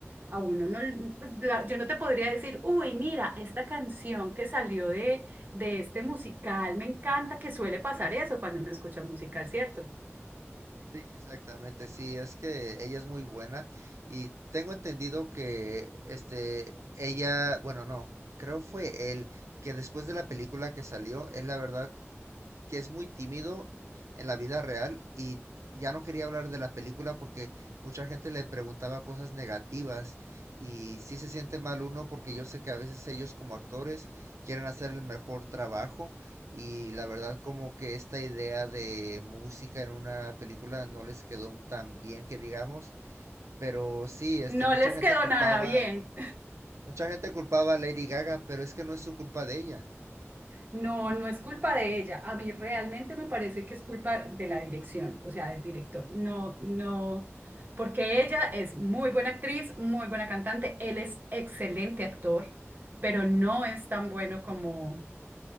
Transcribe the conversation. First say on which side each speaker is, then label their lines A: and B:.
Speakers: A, on the right; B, on the right.
A: a uno no, pues, la- yo no te podría decir, uy, mira, esta canción que salió de, de este musical, me encanta que suele pasar eso cuando uno escucha un musical, ¿cierto?
B: Sí, exactamente. Sí, es que ella es muy buena y tengo entendido que este ella, bueno, no, creo fue él que después de la película que salió, él la verdad que es muy tímido en la vida real y ya no quería hablar de la película porque mucha gente le preguntaba cosas negativas y sí se siente mal uno porque yo sé que a veces ellos como actores quieren hacer el mejor trabajo y la verdad como que esta idea de música en una película no les quedó tan bien que digamos, pero sí, este
A: No
B: mucha
A: les
B: gente
A: quedó
B: culpaba,
A: nada bien.
B: mucha gente culpaba a Lady Gaga, pero es que no es su culpa de ella.
A: No, no es culpa de ella. A mí realmente me parece que es culpa de la dirección, o sea, del director. No, no, porque ella es muy buena actriz, muy buena cantante, él es excelente actor, pero no es tan bueno como